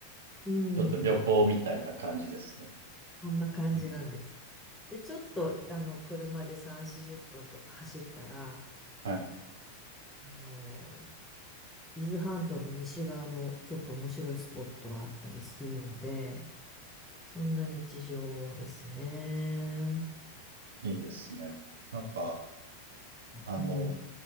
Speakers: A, in the centre; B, on the right.
A: うん、
B: う、ちょっと旅行みたいな感じですね。
A: そんな感じなんです。
B: うん。
A: で、ちょっと、あの、車で3、40分とか走ったら、
B: はい。
A: あの、伊豆半島の西側のちょっと面白いスポットがあったりするので、そんな日常ですね。
B: いいですね。なんか、あの、
A: うん。